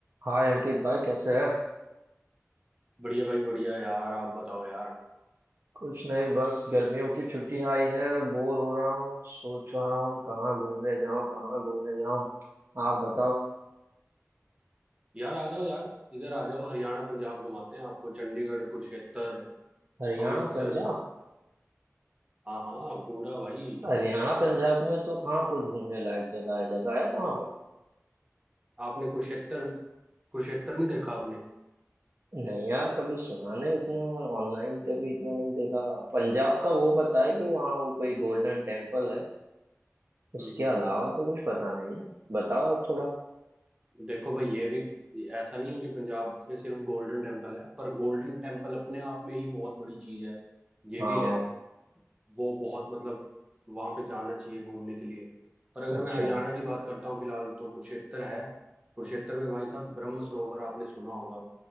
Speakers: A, on the right (about 50°); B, on the right (about 20°).
A: हाय अंकित भाई कैसे है
B: बढ़िया भाई बढ़िया यार आप बताओ यार
A: कुछ नहीं बस गर्मियों की छुट्टी आई है बोर हो रहा हूँ सोच रहा हूँ कहाँ घूमने जाऊँ कहाँ घूमने जाऊँ आप बताओ
B: यार आ जाओ यार इधर आ जाओ हरियाणा पंजाब घुमाते हैं आपको चंडीगढ़ कुरुक्षेत्र
A: हरियाणा
B: अमृतसर
A: पंजाब
B: हाँ हाँ पूरा भाई
A: हरियाणा पंजाब
B: आप
A: में तो कहाँ कुछ घूमने लायक जगह है जगह है वहाँ पर
B: आपने कुरुक्षेत्र कुरुक्षेत्र नहीं देखा आपने
A: नहीं यार कभी सुना नहीं इतना और ऑनलाइन कभी इतना नहीं देखा पंजाब का वो पता है कि वहाँ वो कोई गोल्डन टेम्पल है उसके
B: हम्म हम्म
A: अलावा
B: हम्म।
A: तो कुछ पता नहीं है बताओ आप थोड़ा
B: देखो भाई ये भी ऐसा नहीं है कि पंजाब में सिर्फ गोल्डन टेम्पल है पर गोल्डन टेम्पल अपने आप में ही बहुत बड़ी चीज है ये
A: हाँ
B: भी है वो बहुत मतलब वहां पे जाना चाहिए घूमने के लिए पर अगर
A: अच्छा
B: मैं हरियाणा की बात करता हूँ फिलहाल तो कुरुक्षेत्र है कुरुक्षेत्र में भाई साहब ब्रह्म सरोवर आपने सुना होगा